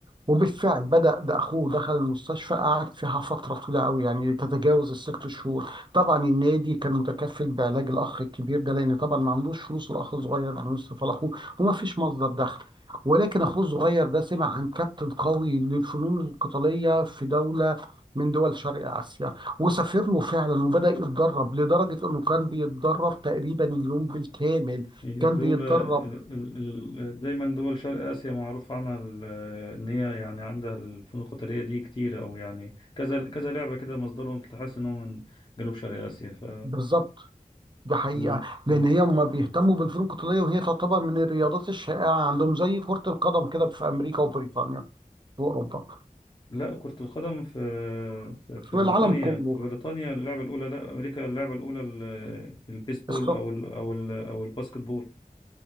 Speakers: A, on the right; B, on the left.
A: وبالفعل بدأ ده أخوه دخل المستشفى قعد فيها فترة طويلة قوي يعني تتجاوز الست شهور طبعا النادي كان متكفل بعلاج الأخ الكبير ده لأن طبعا ما عندوش فلوس الأخ الصغير إنه يصرف على أخوه وما فيش مصدر دخل ولكن أخوه الصغير ده سمع عن كابتن قوي للفنون القتالية في دولة من دول شرق آسيا وسافر له فعلا وبدأ يتدرب لدرجة إنه كان بيتدرب تقريبا اليوم بالكامل
B: هي
A: كان
B: الدولة
A: بيتدرب
B: ال- ال- ال- دايما دول شرق آسيا معروف عنها ال- إن هي يعني عندها الفنون القتالية دي كتير أو يعني كذا كذا لعبة كده مصدرهم تحس إنهم من جنوب شرق آسيا ف
A: بالظبط دي حقيقة
B: مم.
A: لأن
B: مم.
A: هي ما بيهتموا بالفنون القتالية وهي تعتبر من الرياضات الشائعة عندهم زي كرة القدم كده في أمريكا وبريطانيا وأوروبا
B: لا كرة القدم في في في
A: في
B: بريطانيا
A: العالم كله
B: في بريطانيا اللعبة الأولى لا أمريكا اللعبة الأولى ال- البيسبول
A: الص-
B: أو ال أو ال أو الباسكت بول